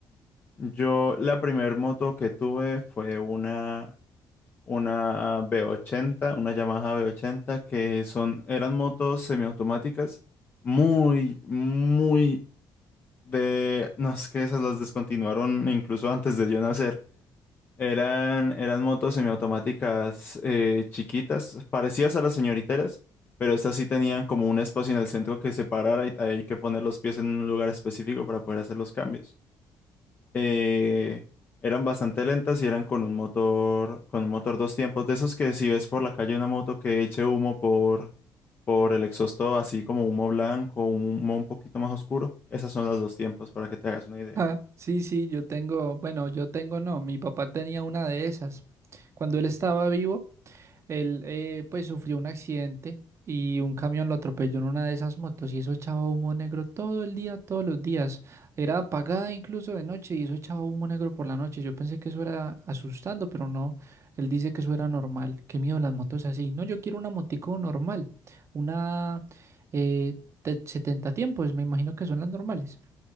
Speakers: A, on the left; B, on the right.
A: Yo la primer moto que tuve fue una una B80, una Yamaha B80, que son, eran motos semiautomáticas, muy, muy de, no es que esas las descontinuaron incluso antes de yo nacer. Eran, eran motos semiautomáticas eh, chiquitas, parecidas a las señoriteras, pero estas sí tenían como un espacio en el centro que separara y hay que poner los pies en un lugar específico para poder hacer los cambios eh, eran bastante lentas y eran con un motor, con un motor dos tiempos, de esos que si ves por la calle una moto que eche humo por, por el exhausto, así como humo blanco, humo un poquito más oscuro, esas son las dos tiempos, para que te hagas una idea.
B: Ah, sí, sí, yo tengo, bueno, yo tengo no, mi papá tenía una de esas. Cuando él estaba vivo, Él eh, pues sufrió un accidente y un camión lo atropelló en una de esas motos y eso echaba humo negro todo el día, todos los días. Era apagada incluso de noche y eso echaba humo negro por la noche. Yo pensé que eso era asustando, pero no. Él dice que eso era normal. Qué miedo las motos así. No, yo quiero una motico normal. Una eh, de 70 tiempos, me imagino que son las normales.